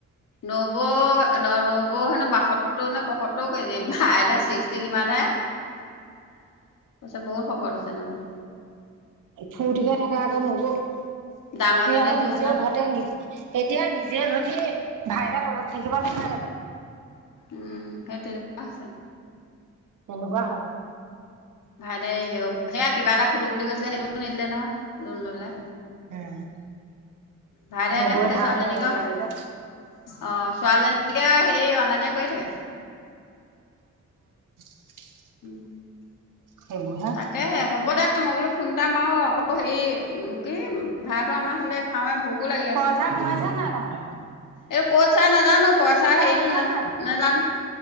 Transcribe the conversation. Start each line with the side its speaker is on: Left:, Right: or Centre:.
Left: নবৌ ন নবৌ হেনো বাসত্তৰ নে পয়সত্তৰ কেজি আইতা ছিক্সটি কিমান হে পছত বহুত শকত হৈছে নবৌ
Right: ফুৰ্তিকে থকা আকৌ নবৌ সেই
Left: ডাঙৰজনী
Right: আৰু
Left: যোৰহাটত
Right: নিজৰ ঘৰতে নি এতিয়া নি যে গতী ভাইৰা তলত থাকিব নাপায়ে জানো
Left: উম সেই তেনে পোৱা আছে
Right: তেনেকুৱা হয়
Left: ভাই দোই সে সেয়া কিবা এটা খোলো বুলি কৈছিলে সেইটো খুলিব নিদিলে নহয় লোণ ল'লে
Right: উম,
Left: ভাইটাইত
Right: নবৌৱে ধাৰবোৰ
Left: ছোৱালীজনীকে
Right: মাৰিব লাগে যে
Left: আঁহ ছোৱালীজনীকে সেই অনা নিয়া কৰি থাকে
Right: <inaudible>
Left: উম। <inaudible>
Right: সেইবোৰ হে
Left: তাকেহে হ'ব দে মই বোলো ফোন এটা মাৰু আকৌ হেৰি কি ভাত তো আমাৰ হলে খাওঁৱে ভোকো লাগি
Right: পইচা
Left: আছে
Right: সোমাইছে নাই ন <inaudible>
Left: এই ক'ত চাই নাজানো পইচা হেৰিটো
Right: হৈছে
Left: ন
Right: নাই
Left: নাজানো